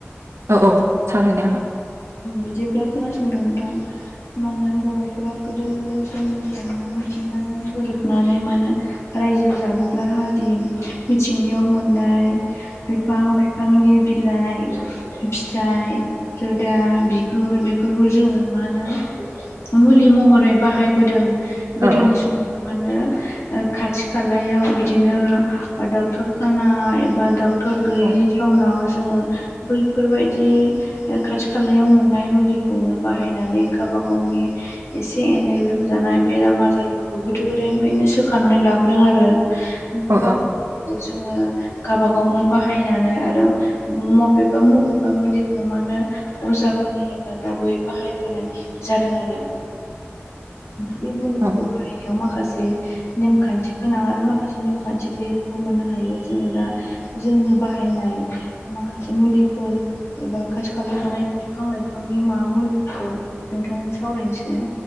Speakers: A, on the right (about 85°); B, on the left (about 80°).
A: औ औ सावायनोा
B: बिदि दा खोनासंदों नोंथांा माने बर'फोरा गोदो गोदाय समनिफ्रायनो मिथिंगाजों गोरोबनानै माने रायजो जाबोग्रा हाद मिथिंगायाव मोननाय बिफां लाइ बिफांनि बिलाइ फिथाइ सोदा बिगुर बेफोरखौ जोङो मा होनो मुलि महरै बाहायबोदों
A: औ
B: गोदोनि समाव मानो खाथि खालायाव बिदिनो डाक्टरखाना एबा डक्टर गैयैनि
A: औ
B: जाउनाव जोङो बैफोरबायदि खाथि खालायाव मोननाय मुलिखौनो बाहायनानै गावब गावनि एसे एनै लोमजानाय बेराम आजारफोरखौ गोदो गोदायनिफ्रायनो सोखनानै लाबोदों आरो मबेबा
A: औ
B: मुलिफोरखौ जोङो गावाब गावनो बाहायनानै आरो मबेबा मबेबा मुलिखौ मानो अजाफोरनि हेफाजाबै बाहायबोनाय जादों आरो बे मुलिखौखौ
A: औ
B: याव माखासे नेमखान्थि गोनां आरो माखासे नेमखान्थि गैयैखौबो मोननो हायो जोङो दा जोंनो बाहायनाय माखासे मुलिफोर एबा खाथि खा खालि थानाय बिफां लाइफांनि मा मुलिफोरखौ नोंथांजों सावरायनोसै